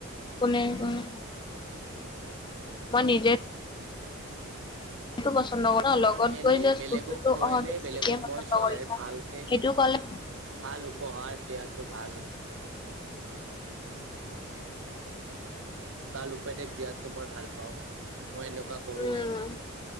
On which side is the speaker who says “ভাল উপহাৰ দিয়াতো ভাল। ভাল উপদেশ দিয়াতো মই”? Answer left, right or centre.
Right